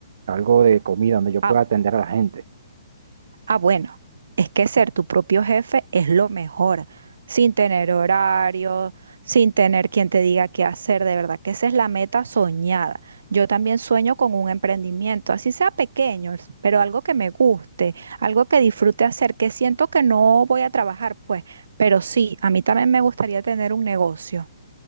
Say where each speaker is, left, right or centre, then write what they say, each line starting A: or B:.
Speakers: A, on the right (about 65°); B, on the right (about 75°).
A: algo de comida donde yo
B: Ah,
A: pueda atender a la gente.
B: Ah, bueno, es que ser tu propio jefe es lo mejor, sin tener horario, sin tener quien te diga qué hacer, de verdad que esa es la meta soñada. Yo también sueño con un emprendimiento, así sea pequeño, pero algo que me guste, algo que disfrute hacer, que siento que no voy a trabajar, pues, pero sí, a mí también me gustaría tener un negocio.